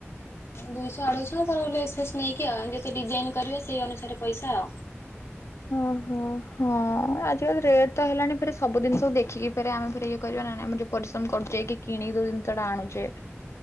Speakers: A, on the left; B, on the left.
A: ଦୁଇଶହ ଅଢେଇଶହ ତାର ଲେସ ଫେସ୍ ନେଇକି ଆଉ ଯେତେ ଡିଜାଇନ କରିବେ ସେଇ ଅନୁସାରେ ପଇସା ଆଉ?
B: ଓହୋ ହଁ ଆଜିକାଲି ରେଟ ତ ହେଲାଣି ଫରେ ସବୁ ଜିନିଷକୁ ଦେଖିକି ଆମେ ଫେରେ ଇଏ କରିବା ନାହିଁ ଆମେ ଯୋଉ ପରିଶ୍ରମ କରୁଛେ କିଣିକି ଯୋଉ ଜିନିଷଟା ଆଣୁଛେ?